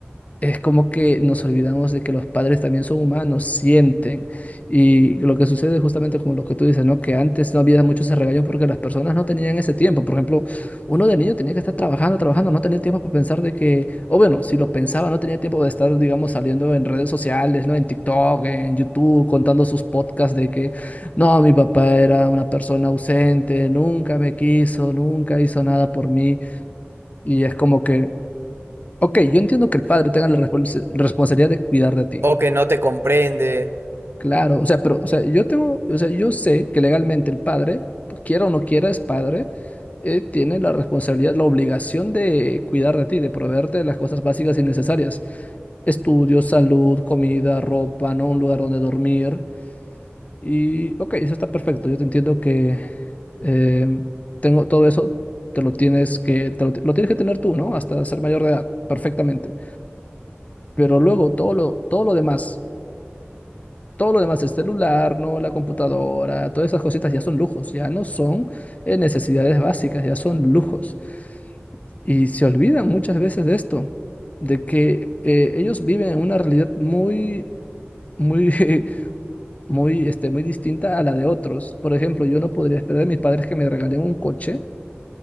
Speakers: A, on the left; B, on the right.
A: es como que nos olvidamos de que los padres también son humanos, sienten. Y lo que sucede es justamente como lo que tú dices, ¿no? Que antes no había mucho ese regaño porque las personas no tenían ese tiempo. Por ejemplo, uno de niño tenía que estar trabajando, trabajando, no tenía tiempo para pensar de que, o bueno, si lo pensaba, no tenía tiempo de estar, digamos, saliendo en redes sociales, ¿no? En TikTok, en YouTube, contando sus podcasts de que, no, mi papá era una persona ausente, nunca me quiso, nunca hizo nada por mí. Y es como que... Ok, yo entiendo que el padre tenga la respons- responsabilidad de cuidar de ti.
B: o que no te comprende.
A: Claro, o sea, pero, o sea, yo tengo, o sea, yo sé que legalmente el padre, pues, quiera o no quiera, es padre, eh, tiene la responsabilidad, la obligación de cuidar de ti, de proveerte de las cosas básicas y necesarias. Estudios, salud, comida, ropa, ¿no? Un lugar donde dormir. Y, ok, eso está perfecto. Yo te entiendo que eh, tengo todo eso, te lo tienes que, te lo, ti- lo tienes que tener tú, ¿no? Hasta ser mayor de edad, perfectamente. Pero luego todo lo, todo lo demás, todo lo demás, el celular, ¿no? La computadora, todas esas cositas ya son lujos, ya no son eh, necesidades básicas, ya son lujos. Y se olvidan muchas veces de esto, de que eh, ellos viven en una realidad muy, muy, <laughs> muy, este, muy distinta a la de otros. Por ejemplo, yo no podría esperar de mis padres que me regalen un coche